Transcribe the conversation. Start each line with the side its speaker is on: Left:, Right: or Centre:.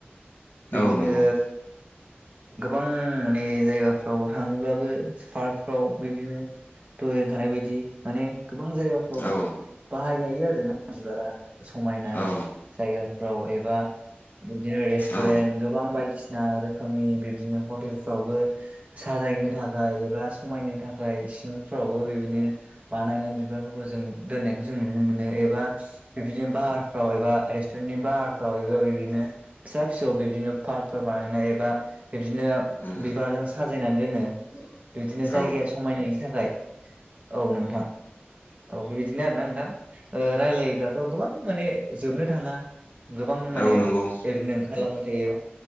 Right: बिदिनो
Left: औ नंगौ
Right: गोबां माने जायगाफ्राव थाङोब्लाबो पार्कफ्राव बिदिनो दहाय होनखानाय बायदि माने गोबां जायगाफ्राव
Left: औ
Right: बाहायजायो आरोना बिबारा। समायनाय,
Left: औ
Right: जायगाफ्राव एबा बिदिनो रेस्टुरेन्ट
Left: औ
Right: गोबां बायदिसिना ना रोखोमनि बिबदिनो हटेलफ्रावबो साजायनो थाखाय एबा समायनो थाखाय फोरावबो बिदिनो बानायनाय बिबारफोरखौ जों दोननायखौ जों नुनो मोनो एबा बिदिनो बाहारफ्राव एबा रेस्टुरेननि बाहारफ्राव एबा बिदिनो फिसा फिसौ बिदिनो पार्कफोर बानायनाय एबा बिबदिनो
Left: उम
Right: बिबारजों साजायनानै दोनो। बिबदिनो जायगाया
Left: औ
Right: समायनायनि थाखाय औ नोंथां। औ बेबायदिनो आरोना नोंथां रायलायोब्लाथ' गोबां माने जोबनो थाङा। गोबां माने
Left: औ नंगौ
Right: बिदिनो ओंखारलांबाय थायो।